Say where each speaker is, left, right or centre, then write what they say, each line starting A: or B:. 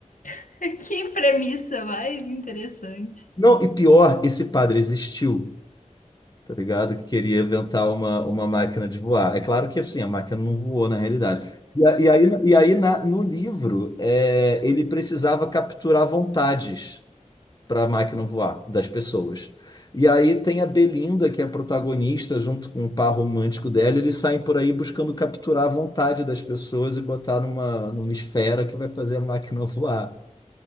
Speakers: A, on the left; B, on the left.
A: <laughs> Que premissa mais interessante.
B: Não, e pior, esse padre existiu, tá ligado? Que queria inventar uma, uma máquina de voar. É claro que assim, a máquina não voou na realidade. E, a- e aí, e aí na- no livro, é, ele precisava capturar vontades. para a máquina voar das pessoas. E aí tem a Belinda, que é a protagonista, junto com o par romântico dela, e eles saem por aí buscando capturar a vontade das pessoas e botar numa, numa esfera que vai fazer a máquina <laughs> voar.